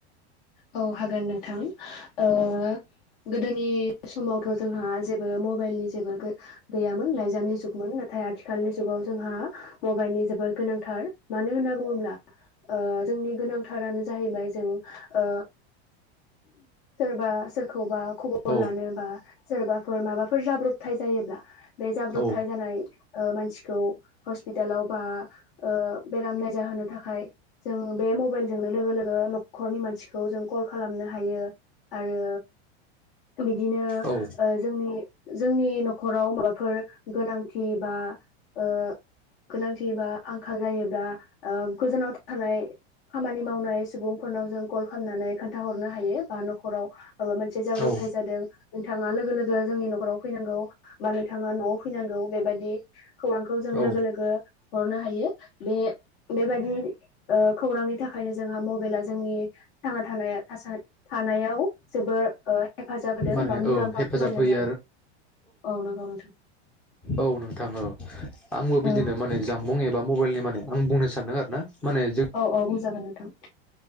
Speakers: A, on the left; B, in the centre.
A: औ हागोन नोंथां ओ गोदोनि समावथ' जोंहा जेबो मबाइलनि जेबो गो गैयामोन लाइजामनि जुगमोन नाथ थाय आथिखालनि जुगाव जोंहा मबाइलनि जोबोर गोनांथार मानो होनना बुङोब्ला ओ जोंनि गोनांथारानो जाहैबाय जों ओ सोरबा सोरखौबा खबर
B: औ
A: लानो बा सोरबा फोर माबाफोर जाब्रबथाइ जायोब्ला बे जाब्रबथाय
B: औ
A: जानाय ओ मानसिखौ हस्पिटालाव बा ओ बेराम नायजाहोनो थाखाय जों बे मबेइलजोंनो लोगो लोगो <unintelligible> खरनि मानसिखौ जों कल खालामनो हायो। आरो बिदिनो
B: औ
A: ओ जोंनि जोंनि न'खराव माबाफोर गोनांथि बा ओ गोनांथि बा आंखाल जायोब्ला ओ गोजानाव थानाय खामानि मावनाय सु फनाव जों कल खालामनानै खोन्थाहरनो हायो बा नखराव माबा मोनसे जाब्रबथाय
B: औ
A: जादों उम नोंथाङा लोगो लोगो जोंनि नखराव फैनांगौ बा नोंथाङा नआव फैनांगौ बेबादि खौरांखौ जों
B: औ
A: लोगो लोगो हरनो हायो बे बेबादि ओ खौरांनि थाखायनो जोंहा मबेइला जोंनि थांना थानाया थासान थानायाव जोबो ओ हेफाजाब होदों
B: माने
A: बा मुलाम्फा
B: औ हेफाजाब
A: खालामदों
B: होयो
A: आरो औ नंगौ नोंथां
B: औ नोंथां औ आंबो बिदिनो
A: औ
B: माने जामबुं एबा मबाइलनि माने आं बुंनो सानदों आरो ना माने जों
A: अ अ बुजि जागोन नोंथां।